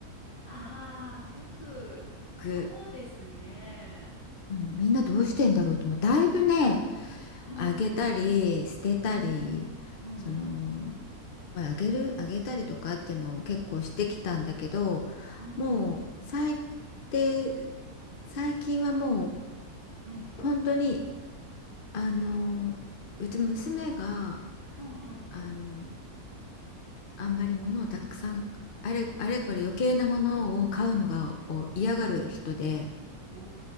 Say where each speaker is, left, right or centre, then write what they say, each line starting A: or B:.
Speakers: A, on the left; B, on the left.
A: ああ、服、
B: 服。
A: そうですね。
B: うん、みんなどうしてんだろうと思う。だいぶね、
A: うんうん、
B: あげたり、捨てたり、
A: うん、うんうん、
B: その、まあ、あげる、あげたりとかっていうのを結構してきたんだけど、
A: うんうん、
B: もう最低、最近はもう
A: うん、
B: 本当に、あの、うち娘が、
A: うんうん、
B: あの、あんまり物をたくさん、あれ、あれこれ余計なものを買うのが、を嫌がる人で、
A: うん。お